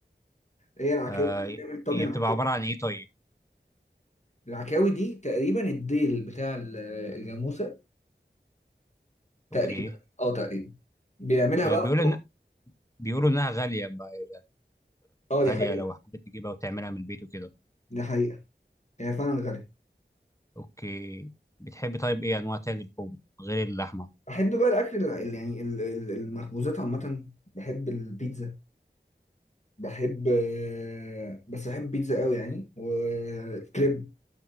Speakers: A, on the left; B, on the left.
A: هي العكاوي
B: آه
A: دي بتعمل طاجن
B: هي بتبقى
A: عكاوي
B: عباره عن ايه طيب
A: العكاوي دي تقريبا الديل بتاع ال- الجاموسة تقريبا
B: اوكي
A: اه تقريبا بيعملها
B: آه
A: بقى
B: بيقولوا
A: في طاجن
B: إن بيقولوا انها غاليه ما-
A: اه
B: غاليه
A: دي حقيقة
B: لو حبيت تجيبها وتعملها من البيت وكده
A: دي حقيقة هي فعلا غالية
B: اوكي بتحبي طيب ايه انواع تاني لحوم غير اللحمه
A: بحب بقى الأكل اللي يعني ال- ال- المخبوزات عامة بحب البيتزا بحب آه، بس بحب بيتزا قوي يعني وكريب